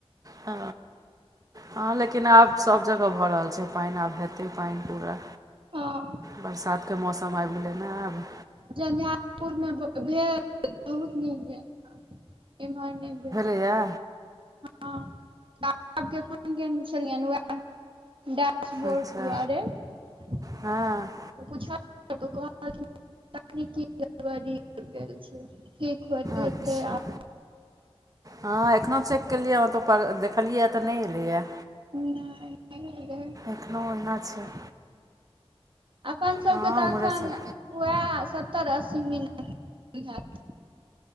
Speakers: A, on the right (about 35°); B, on the right (about 55°).
A: ह ह लेकिन आब सभ जगह भऽ रहल छै पानि आब हेतै पानि पूरा
B: हँ
A: बरसात के मौसम आबि गेलै ने आब।
B: झंझर पूर मे भेल बहुत नीक भेल एमहर नहि भे
A: किया
B: हँ पापा के फोन केने छलियनि वैह घर
A: अच्छा
B: दुवारे पुछलखिन
A: हँ
B: तऽ कहलखिन तकनीकि गड़बड़ी भेल छय होइत हेतै
A: अच्छा
B: आब
A: हँ एखन चेक केलियै <inaudible> हँ त देखलियै तऽ नहि एलैए।
B: आब नहि नहि भेलै
A: एखनो ओहिना छै।
B: अपन सबके
A: हँ
B: तऽ
A: ओम्हरेसँ
B: एखन उएह सत्तर अस्सी मिनट हैत